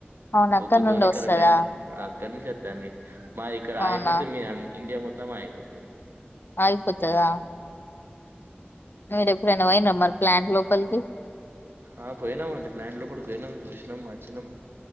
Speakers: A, on the left; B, on the right.
A: అవునా?
B: బొగ్గు
A: అక్కడి నుండే
B: తోని
A: వస్తదా?
B: కరెంట్ ఐ ఆ ఇక్కడ నుంచి వస్తే అన్ని స మాయి ఇక్కడ
A: అవునా?
B: ఆగిపోతే మీ ఆ ఇండియా మొత్తం మొత్తం ఆగిపోతాది
A: ఆగిపోతదా మీరు ఎప్పుడన్నా పోయిన మరి ప్లాంట్ లోపలికి,
B: ఆ పోయినాము అండి ప్లాంట్ లోపలికి పోయినాం చూసినాం వచ్చినాం,